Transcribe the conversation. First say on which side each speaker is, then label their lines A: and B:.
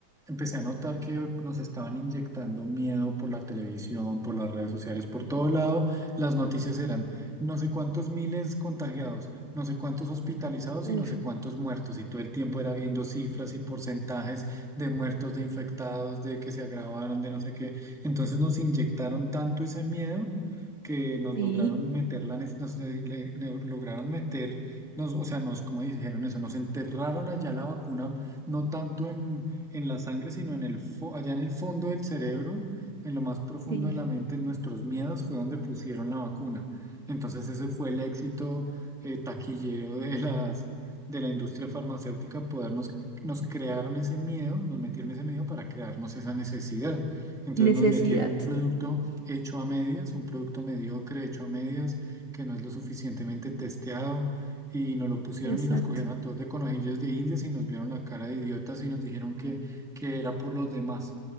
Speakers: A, in the centre; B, on the right.
A: empecé a notar que nos estaban inyectando miedo por la televisión, por las redes sociales, por todo lado. Las noticias eran no sé cuántos miles contagiados, no sé cuántos hospitalizados
B: Uf,
A: y no sé cuántos muertos. Y todo el tiempo era viendo cifras y porcentajes de muertos, de infectados, de que se agravaron, de no sé qué. Entonces nos inyectaron tanto ese miedo que nos
B: sí,
A: lograron meter la, nes- nos, le- le- le- lograron meter, nos, o sea, nos, como dijeron eso, nos enterraron allá la vacuna no tanto en, en la sangre, sino en el, fo- allá en el fondo del cerebro, en lo más profundo
B: sí.
A: de la mente, en nuestros miedos, fue donde pusieron la vacuna. Entonces ese fue el éxito eh, taquillero de las, de la industria farmacéutica, podernos, nos crearon ese miedo, nos metieron ese miedo para crearnos esa necesidad. Entonces
B: Necesidad.
A: nos metieron un producto hecho a medias, un producto mediocre hecho a medias, que no es lo suficientemente testeado y nos lo pusieron
B: Exacto.
A: y nos cogieron a todos de conejillos de indias y nos vieron la cara de idiotas y nos dijeron que, que era por los demás.